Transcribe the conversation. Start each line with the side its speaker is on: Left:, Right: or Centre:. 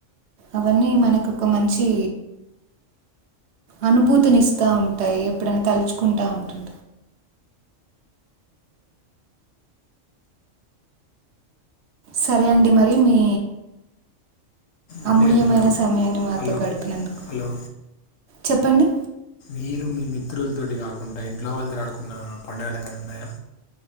Right: అవన్నీ మనకు ఒక మంచి అనుభూతిని ఇస్తా ఉంటాయి ఎప్పుడైనా తలుచుకుంటా ఉంటుం సరే అండి మరి మీ
Left: అండి
Right: అమూల్యమైన
Left: అండి హలో
Right: సమయాన్ని మాతో
Left: హలో
Right: గడిపినందుకు
Left: హలో
Right: చెప్పండి
Left: మీరు మీ మిత్రులతోటి కాకుండా ఇంట్లో వాళ్ళతో ఆడుకున్న పండుగలు ఏమైనా ఉన్నాయా